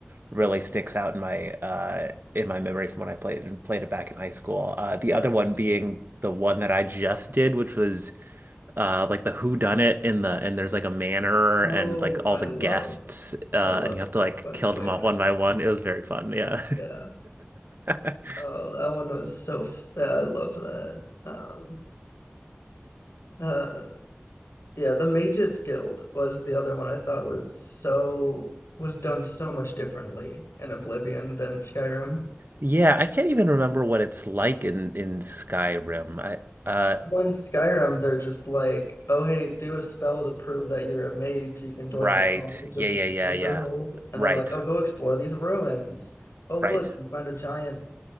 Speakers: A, on the right (about 50°); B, on the left (about 85°).
A: really sticks out in my uh in my memory from when I played played it back in high school. Uh, the
B: yeah.
A: other one being the one that I just did, which was uh like the who done it in the and there's like a manor
B: Oh,
A: and like all
B: I
A: the
B: love
A: guests uh
B: I loved
A: and you have to
B: that
A: like
B: quest
A: kill
B: way
A: them
B: back
A: off one by
B: then.
A: one. It was very fun. Yeah.
B: Yeah.
A: <laughs>
B: Oh, that one was so. F- yeah, I loved that. Um, uh, yeah, the Mages Guild was the other one I thought was so was done so much differently in Oblivion than Skyrim.
A: Yeah, I can't even remember what it's like in in Skyrim. I uh
B: When Skyrim, they're just like, oh hey, do a spell to prove that you're a mage. You can join
A: Right.
B: the College
A: Yeah,
B: of
A: yeah, yeah,
B: Winterhold,
A: yeah.
B: and
A: Right.
B: then like, oh, go explore these ruins. Oh look,
A: Right.
B: you find a giant